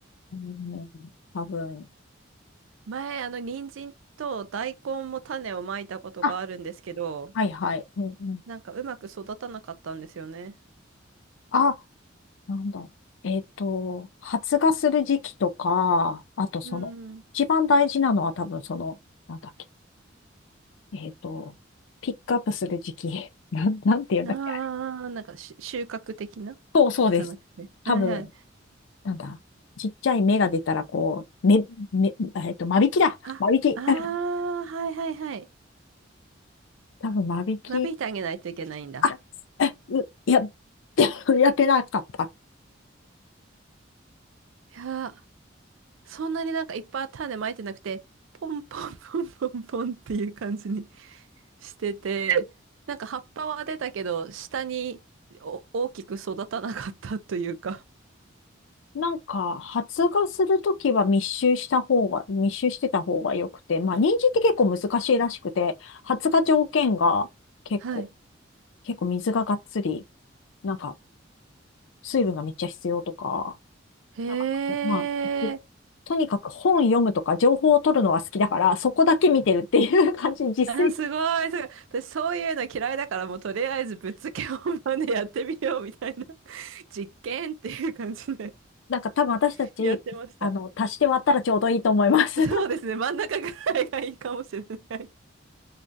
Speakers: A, on the left; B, on the right.
A: うん、多分。
B: 前、あの、人参と大根も種をまいたことがあるんですけど、
A: あ、はいはい。うんうん、
B: なんかうまく育たなかったんですよね。
A: あ、なんだ。えっと、発芽する時期とか、あとその、
B: うん。
A: 一番大事なのは多分その、なんだっけ、えっと、ピックアップする時期。<laughs> なん、なんて言うんだっけ、
B: ああ、
A: あれ。
B: なんかし収穫的な
A: <laughs> そうそうです。
B: じゃなくて。
A: 多分、
B: はいはい。
A: なんだ。ちっちゃい芽が出たら、こう、め、め、えっと、間引きだ。
B: あ、
A: 間引き。
B: ああ、
A: <laughs>
B: はいはいはい。
A: 多分間引き。
B: 間引いてあげないといけないんだ。
A: あ、え、う、や、<laughs> やってなかった。
B: いやー、そんなになんかいっぱい種まいてなくて、ポンポンポンポンポンっていう感じにしてて、なんか葉っぱは出たけど、下にお大きく育たなかったというか。
A: なんか、発芽するときは密集した方が、密集してた方が良くて、まあ、人参って結構難しいらしくて、発芽条件が結構、
B: はい。
A: 結構水ががっつり、なんか、水分がめっちゃ必要とか、
B: へえ。
A: なんか、まあ、とにかく本読むとか情報を取るのが好きだから、そこだけ見てるっていう感じ、実践。
B: あ、すごい、
A: <laughs>
B: すごい。私、そういうの嫌いだから、もうとりあえずぶっつけ本番でやってみようみたいな <laughs> 実験っていう感じで
A: なんか多分私たち、
B: <laughs> やってました。
A: あの、足して割ったらちょうどいいと思います。
B: そうですね、
A: <laughs>
B: 真ん中ぐらいがいいかもしれない。